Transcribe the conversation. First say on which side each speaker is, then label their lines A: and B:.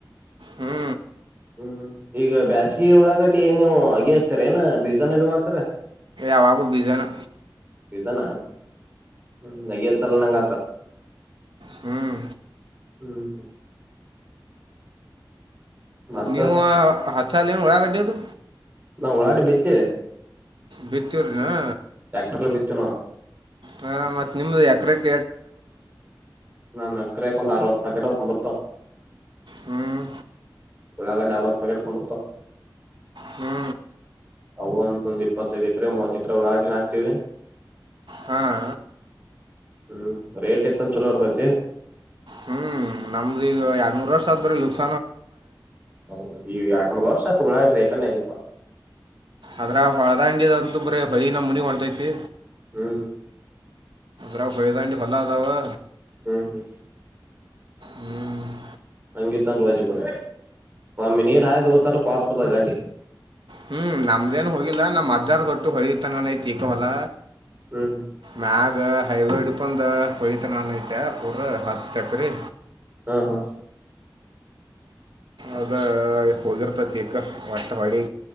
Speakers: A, on the right (about 85°); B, on the right (about 25°).
A: ಹ್ಞೂ
B: ಹ್ಮ್ ಹ್ಮ್ ಈಗ ಬೇಾಸಗಿ ಹಳಾಗಡ್ಡಿ ಏ ನೀವು ಅಗೆಹಸ್ತಾರ ಏನ ಬೀಜಾನ ಇದು ಮಾಡ್ತಾರ
A: ಆವಾಗು ಬೀಜನ್
B: ಾನ ಹ್ಮ ನಗತ್ತಲ್ಲ ನಂಗ ಆತ್ರ
A: ಹ್ಮ್
B: ಹ್ಮ್ ಹ್ಮ್ ಮತ್ತ
A: ನೀವು ಹತ್ತುಲ್ ಏನು ಒಳ್ಳಾಗಡ್ಡದು
B: ನಾವು ಓರಾಟ ಬಿತ್ತೇವೆ
A: ಬಿತ್ತೂ್ರನಾ
B: ಟ್ರ್ಯಾಕ್ಟರ್ ಲ ಬಿತನವ
A: ಹಾ ಮತ್ತತ್ ನಿಮ್ದು ಎಕರೆಕ
B: ನಮ್ಮ್ ಎಕ್ರಕ್ ಒಂದ್ ಅರವತ್ತು ಪ್ಯಾಕೆಟ್ ಹಕೊಂಡ್ ಬರ್ತಾವ
A: ಹ್ಮ್
B: ಒಳಾಗ ಡಾರ್ ಹ ಪ ಕೆಟ್ಕೊಂಡು ಹೋಗರ್ತ
A: ಹ್ಞೂ
B: ಅ ಒಂದೊಂದ್ ಇಪ್ಪತ್ತೈದ್ ಎಕರೆ ಮೂವತ್ ಎಕರೆ ಒಳಾಡ್ಿನ ಹಾಕ್ತಿವಿ
A: ಹಾಂ
B: ಹ್ಮ್ ರೇಟ್ ಇತ್ತನ್ ಚಲೋ ಇರ್ತೈತಿ
A: ಹ್ಮ್ ನಮ ಈ ಆಡುಮೂರು ವರ್ಷತ್ ಬರಿ ಲುಕ್ಸ
B: ಹೌದ ನೀ ಎರಡ್ ಮೂರ್ ವರ್ಷ ತುಳಾ ಇ್ರ ಟನ್ ಇಲ್ಪ
A: ಅದ್ರ ಹೊಳದಾಂಡಿಯದಂತೂ ಬರ ಬಳಿ ನಮ್ಮ ಮುನಿ ಹೊಳ್ತೈತಿ
B: ಹ್ಮ್ ಹ್ಮ್
A: ರಫೇದ ನೀ ಲ್ಲಾದ ವಾ
B: ಹ್ಮ್ ಹ್ಮ್ <inaudible>
A: ಹ್ಮ್ <inaudible>
B: ಹಂಗಿತನ್ರು ರಜಿ ಬ ಒಮಿ ನೀರ್ ಹಾಯ್ದು ಹೋಗತನ್ ಕತ್ ಬಿಡ್ತ ಗಾಡಿ
A: ಹ್ಮ್ ನಮ್ದೇನ್ ಹೋಗಿಲ್ಲ ನಮ್ ಅಜ್ಜಾರದ ದೊಟ್ಟು ಹೊಳತನನ್ಐತಿಕೋವಲ್ಲ
B: ಹ್ಮ್ ಹ್ಮ್
A: ಮ್ಯಾಗ ಹೈವೇ ಹಿಡ್ಕೊಂಡ ಹೊಯ್ತೆ ನನ್ ಐತೆ ಪೂರ ಹತ್ತ ಎಕ್ರಿ
B: ಹಾ ಹಾ
A: ಅದ ಹೋಗಿರ್ತತಿಗ ಹೊಟ್ಟೆ ಹೊಡಿ